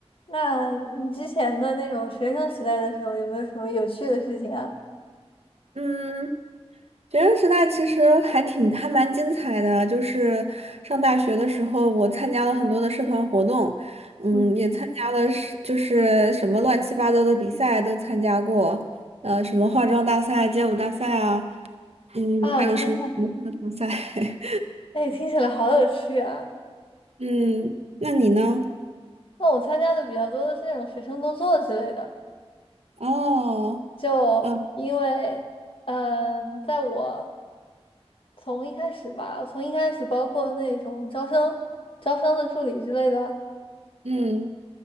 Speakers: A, on the left; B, on the right.
A: 那你之前的那种学生时代的时候，有没有什么有趣的事情啊？
B: 嗯，学生时代其实还挺还蛮精彩的，就是上大学的时候，我参加了很多的社团活动，嗯，
A: 嗯，
B: 也参加了是就是什么乱七八糟的比赛都参加过，呃，什么化妆大赛、街舞大赛啊，嗯，
A: 啊，
B: 还有什么什么课大赛，
A: 天呐，哎，听起来好有趣啊！
B: <laughs> 嗯，那你呢？
A: 那我参加的比较多的是那种学生工作之类的，
B: 哦，
A: 就因为，
B: 呃，
A: 嗯，在我从一开始吧，从一开始包括那种招生、招生的助理之类的，
B: 嗯